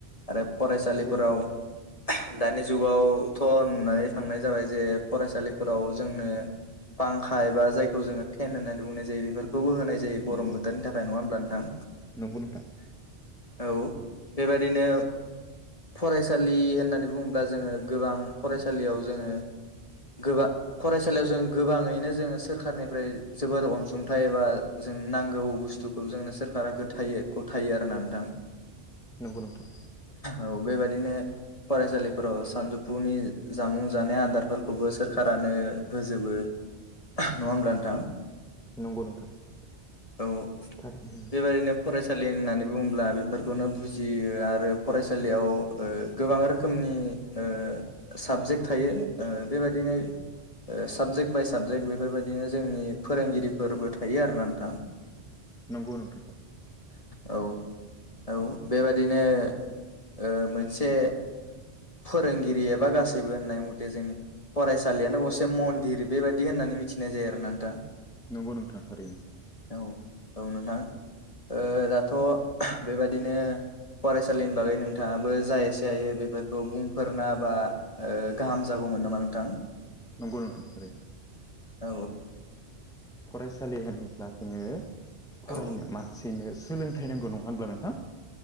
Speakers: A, on the left; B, in the centre.
A: आरो फरायसालिफोराव
B: नंगौ नोंथां उम नंगौ नोंथां
A: दानि जुगावथ' नुनानै थांनाय जाबाय जे फरायसालिफोराव जोङो पांखा एबा जायखौ जोङो फेन होननानै बुंनाय जायो बेफोरखौबो होनाय ज जायो गरम
B: नोंथां
A: बोथोरनि थाखाय नङा हब्ला नोंथां?
B: नंगौ नोंथां।
A: औ बेबादिनो फरायसालि होननानै बुङोब्ला जोङो गोबां फरायसालियाव जोङो गोबां फरायसालियाव जों गोबाङैनो जोङो सोरखारनिफ्राय जोबोर अनसुंथाइ एबा जोंनो नांगौ बुस्थुखौ जोंनो सोरखारा गथायो आरोना नोंथां।
B: नंगौ नोंथां।
A: औ बेबादिनो फरायसालिफोराव सानजौफुनि जामुं जानाय आदारफोरखौबो सोरखारानो होजोबो। नङा होमबा नोंथां?
B: नंगौ नोंथां।
A: औ
B: थारैनो
A: बेबायाददिनो फरायसालि होननानै बुंब्ला बेफोरखौनो बुजियो आरो फरायसालियाव ओ गोबां रोखोमनि ओ साबजेक्ट थायो ओ बेबादिनो साबजेक्ट बाय साबजेक्ट बेफोरबायदिनो जोंनि फोरोंगिरिफोरबो थायो आरो ना नोंथां।
B: नंगौ नोंथां
A: औ औ बेबादिनो ओ मोनसे फोरोंगिरि एबा गासैबो होननाय मथे जोंनि फरायसालियानो गंसे मन्दिर बेबायदि होननानै मिथिनाय जायो आरो ना नोंथां।
B: नंगौ नोंथां थारैनो।
A: औ औ नोंथां ओ दाथ' बेबादिनो फरायसालिनि बागै नोंथाङाबो जा एसे हायो बेफोर खौ बुंफोरना बा गाहाम जागौमोन नामा नोंथां
B: नंगौ नोंथां थारै
A: औ
B: फरायसालि होनोब्ला जोङो फरायनो
A: औ
B: मानसिनो सोलोंथाइ नांगौ नङा होनब्ला नोंथां?